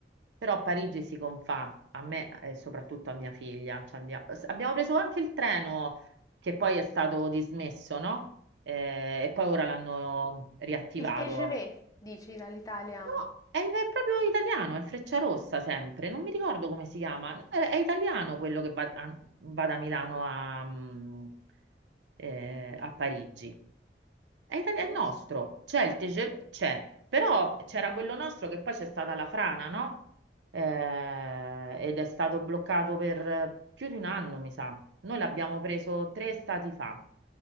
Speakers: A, on the right (about 85°); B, on the left (about 20°).
A: Però Parigi si confà a me e soprattutto a mia figlia. Ci andia- s- Abbiamo preso anche il treno che poi è stato dismesso, no? Eh, e poi ora l'hanno riattivato.
B: Il TGV, dici dall'Italia?
A: No, è, il- è proprio italiano, è il Frecciarossa sempre, non mi ricordo come si chiama. No, È, è italiano quello che va, a- va da Milano a, mm, eh, a Parigi. È, itali-
B: Ma
A: è
B: non
A: nostro,
B: so,
A: c'è il TGV, c'è, però c'era quello nostro che poi c'è stata la frana, no? Eh, ed è stato bloccato per più di un anno, mi sa. Noi l'abbiamo preso tre stati fa.